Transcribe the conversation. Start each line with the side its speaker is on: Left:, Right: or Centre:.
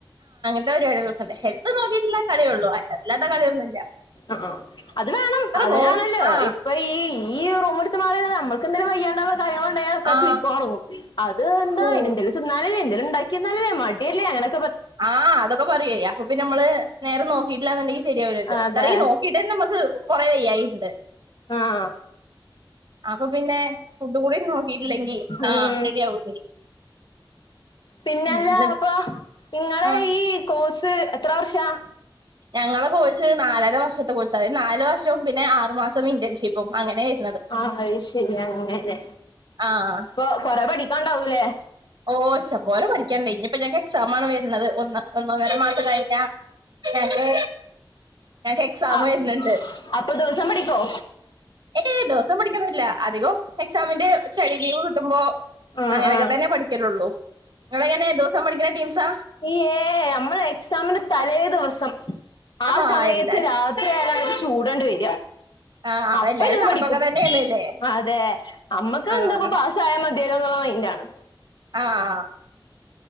Right: ത്ത പരിപാടികളൊക്കെണ്ട് ഹെൽത്ത് നോക്കിട്ടുള്ള കളിയെ ഒള്ളൂ അൽ അല്ലാത്ത കളിയൊന്നും
Left: ആഹ് ആഹ് അത് വേണം അതിനാണല്ലോ
Right: നോ ആ
Left: ഇപ്പൊ ഈ ഈ റൂമെടുത്ത് മാറി നിന്ന് നമ്മക്ക് എന്തെങ്കും വയ്യാണ്ടാവാ കാര്യങ്ങളൊണ്ടായാൽ ആൾക്കാര്
Right: ആ
Left: ചോദിക്കോടങ്ങും അത് ന്താ
Right: ട്രൂ
Left: അയിനെന്തേലും തിന്നലല്ലേ ന്തേലും ഇണ്ടാക്കി എന്നാലല്ലേ മടിയല്ലേ അങ്ങനെ
Right: ആഹ് അതൊക്കെ പറയുവെ അപ്പൊ പിന്നാ മ്മള് നേരെ നോക്കീട്ടില്ലാന്ന്ണ്ടെങ്കി ശരിയാവൂലല്ലോ
Left: അതെ
Right: ഇത്തറയും നോക്കീട്ടന്നെ മ്മക്ക് കൊറെ വയ്യായ്കേണ്ട്
Left: ആഹ്
Right: അപ്പൊ പിന്നെ ഫുഡും കൂടി നോക്കിട്ടില്ലെങ്കി ആഹ്
Left: ഉം
Right: റെഡി ആവൂലേ
Left: പിന്നല്ല
Right: ന്ന്
Left: അപ്പൊ ഇങ്ങളെ
Right: ആഹ്
Left: ഈ കോഴ്സ് എത്ര വർഷാ
Right: ഞങ്ങളെ കോഴ്സ് നാലര വർഷത്തെ കോഴ്സ്സാ അതായത് നാല് വർഷവും പിന്നെ ആറു മാസം ഇന്റേൺഷിപ്പും അങ്ങനാ വര്
Left: ആഹ് അയ്ശരി അങ്ങനെ
Right: ആഹ്
Left: പ്പൊ കൊറെ പഠിക്കാണ്ടാവൂലേ
Right: ഓ ഇശ്ശംപോലെ പഠിക്കാണ്ടായ് ഇനിയിപ്പോ ഞങ്ങക്ക് എക്സാം ആണ് വരുന്നത് ഒന്ന് ഒന്നൊന്നര മാസം കയ്ഞ്ഞാ ഞാക്ക് ഞങ്ങക്ക് എക്സാമ്
Left: ആ
Right: വരുന്നുണ്ട്
Left: അപ്പൊ ദിവസം പഠിക്കോ
Right: ഏയ് ദെവസം പഠിക്കാൻ പറ്റില്ല അധികോം എക്സാമിന്റെ സ്റ്റഡി ലീവ് കിട്ടുമ്പോ
Left: ആ
Right: അങ്ങനെയൊക്കെത്തന്നെ
Left: ആ
Right: പഠി ത്തൊള്ളൂ ങ്ങളെങ്ങനെ രണ്ട് ദോസോം പഠിക്കണ ടീംസാ
Left: യ് ഏ അമ്മള് എക്സാമിന് തലേ ദിവസം ആ
Right: ആഹ്
Left: സമയത്ത്
Right: എല്ലാ
Left: രാത്രിയായാലാണ് ചൂടണ്ട് വരുക
Right: ആഹ്
Left: അപ്പ
Right: എല്ലാരും
Left: ഇരുന്ന്
Right: കണക്കൊക്കെ
Left: പഠിക്കും
Right: തന്നെയാണ് ല്ലേ
Left: അതെ അമ്മക്ക്
Right: ആഹ്
Left: എന്താപ്പ പാസ്സായാ മത് തിയല്ലോന്നൊള്ള മൈൻ്റാണ്
Right: ആഹ്